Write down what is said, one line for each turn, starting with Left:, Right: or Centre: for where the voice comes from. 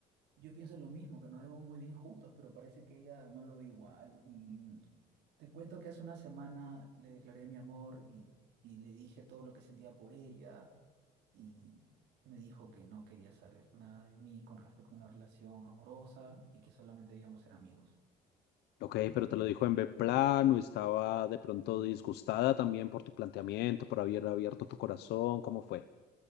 Right: Yo pienso lo mismo, que nos vemos muy bien juntos, pero parece que ella no lo ve igual y Te cuento que hace una semana le declaré mi amor y, y le dije todo lo que sentía por ella y me dijo que no quería saber nada de mí con respecto a una relación amorosa y que solamente debíamos ser amigos.
Left: Ok, pero te lo dijo en B plano, estaba de pronto disgustada también por tu planteamiento, por haber abierto tu corazón. ¿Cómo fue?